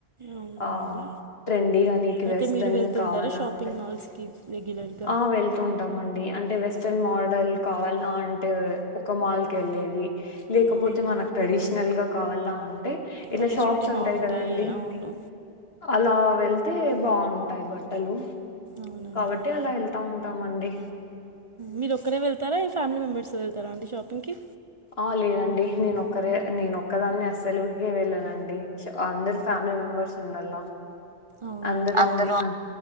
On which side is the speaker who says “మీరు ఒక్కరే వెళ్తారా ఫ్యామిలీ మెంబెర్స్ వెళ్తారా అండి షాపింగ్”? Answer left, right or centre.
Right